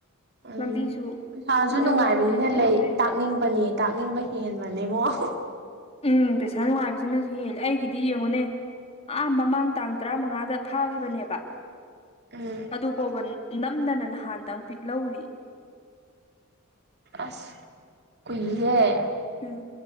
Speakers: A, on the right; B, on the left.
A: ꯎꯝ
B: ꯂꯝꯕꯤꯁꯨ
A: ꯄꯩꯁꯥꯁꯨ
B: ꯏꯅꯛ
A: ꯅꯨꯡꯉꯥꯏꯕꯅꯤꯅ
B: ꯅꯛꯄꯅꯦ ꯃꯥꯗꯤ
A: ꯂꯩ
B: ꯐꯩ
A: ꯇꯥꯛꯅꯤꯡꯕꯅꯦ ꯇꯥꯛꯅꯤꯡꯕ ꯍꯦꯟꯕꯅꯦꯉ‌‌ꫭ
B: ꯎꯝ ꯄꯩꯁꯥ ꯅꯨꯡꯉꯥꯏꯕꯁꯤꯅꯁꯨ ꯍꯦꯜꯂꯦ ꯑꯩ ꯑꯩꯒꯤꯗꯤ ꯌꯦꯡꯉꯨꯅꯦ ꯑ ꯃꯃꯥꯡ ꯇꯥꯡ ꯇꯔꯥꯃꯉꯥꯗ ꯐꯥꯈꯤꯕꯅꯦꯕ
A: ꯎꯝ
B: ꯑꯗꯨꯐꯥꯎꯕ ꯅꯝꯗꯅ ꯅꯍꯥꯟꯇ‌ꯪ ꯄꯤꯛ ꯂꯧꯔꯤ
A: ꯑꯁ ꯀꯨꯏꯍ‌ꯦ
B: ꯎꯝ